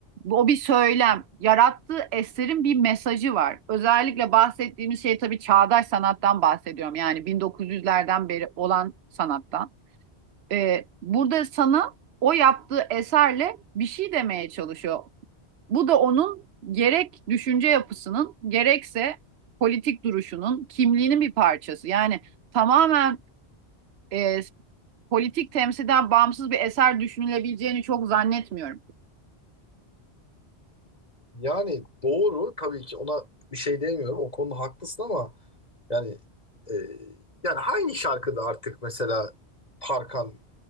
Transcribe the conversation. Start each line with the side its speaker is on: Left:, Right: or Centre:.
Right: O bir söylem. Yarattığı eserin bir mesajı var. Özellikle bahsettiğimiz şey tabii çağdaş sanattan bahsediyorum. Yani 1900'lerden beri olan sanattan. Ee, burada sana o yaptığı eserle bir şey demeye çalışıyor. Bu da onun gerek düşünce yapısının gerekse politik duruşunun kimliğinin bir parçası. Yani tamamen e, politik temsilden bağımsız bir eser düşünülebileceğini çok zannetmiyorum.
Left: Yani doğru tabii ki ona bir şey demiyorum. O konuda haklısın ama yani e, yani hangi şarkıda artık mesela Tarkan